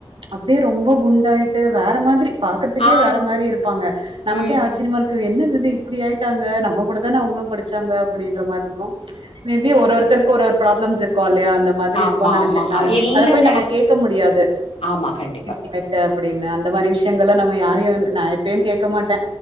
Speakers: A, on the right (about 60°); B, on the left (about 80°).
A: அப்டியே ரொம்ப குண்டாயிட்டு வேற மாதிரி பாக்கறதுக்கே
B: ஆ
A: வேற மாரி இருப்பாங்க நமக்கே
B: ம்
A: ஆச்சரியமா
B: ம்
A: இருக்கு இவ என்ன இது இப்டி ஆயிட்டாங்க நம்ம கூட தானே அவுங்களு படிச்சாங்க அப்டின்ற மாரி இருக்கு மேபி ஒரு ஒருத்தருக் க்கு ஒரு ஒரு ப்ராப்ளம்ஸ் இருக்கு இல்லையா அந்த மாதிரி
B: ஆமா
A: இருக்குன்னு நெனைச்சிட்டே
B: ஆமா
A: நானு
B: இல்லங்க
A: அத போய் நம்ம கேக்க முடியாது
B: ஆமா கண்டிப்பா
A: <inaudible> அப்டின்னு அந்த மாரி விஷயங்கள்லா நம்ம யாரையு நா எப்பயு கேட்க மாட்டே